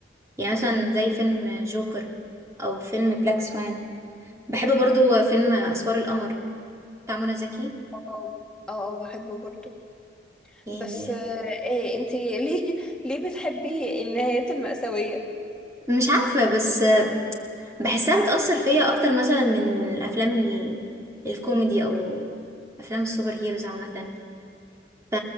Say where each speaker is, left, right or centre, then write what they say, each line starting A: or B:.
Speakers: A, on the right (about 15°); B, in the centre.
A: يعني مثلا زي فيلم جوكر او فيلم بلاك سوان بحب برضو فيلم اسوار القمر بتاع منى زكي
B: اه اه اه، بحبه برضو
A: يعني
B: بس آه، إيه انتي ليه <laughs> ليه بتحبي النهايات المأساوية
A: مش عارفه بس بحسها بتاثر فيا اكتر مثلا من الافلام ال... الكوميدي او افلام السوبر هيروز عامه ف...